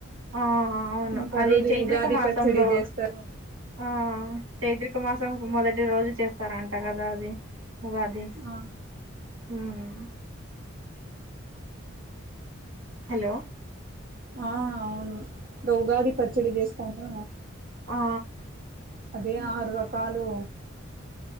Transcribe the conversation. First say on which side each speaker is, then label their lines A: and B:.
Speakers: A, on the right; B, on the right.
A: ఆ అవును
B: ఇంకా
A: అది
B: రోజు
A: చైత్రిక
B: ఉగాది
A: మాసంలో
B: పచ్చడి చేస్తారు
A: ఆ చైత్రికమ్ మాసం మొదటి రోజు చేస్తారంట కదా అది. ఉగాది
B: ఆ
A: హ్మ్! హలో!
B: ఆ అవును. ఉగాది పచ్చడి చేస్తామా?
A: ఆ
B: అదే ఆరు రకాలు